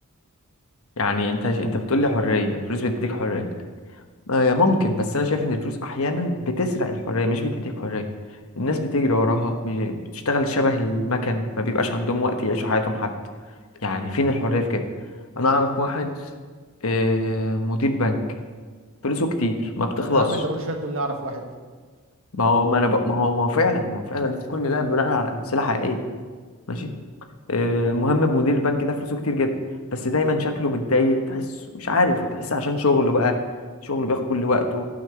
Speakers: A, on the left (about 65°); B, on the right (about 65°).
A: يعني انت انت بتقول لي حريه الفلوس بتديك حريه آه، ممكن بس انا شايف ان الفلوس احيانا بتسرق الحريه مش بتديك حريه الناس بتجري وراها مش- بتشتغل شبه المكن ما بيبقاش عندهم وقت يعيشوا حياتهم حتى يعني فين الحريه في كده انا اعرف واحد آه، مدير بنك فلوسه كتير ما بتخلصش
B: يا عم انت كل شوية تقول لي اعرف واحد
A: ما هو ما انا ب... ما هو ما هو فعلا ما هو فعلا كل ده بناء على امثله حقيقيه ماشي آه، مهم مدير البنك ده فلوسه كتير جدا بس دايما شكله متضايق تحس مش عارف تحس عشان شغله بقى شغله بياخد كل وقته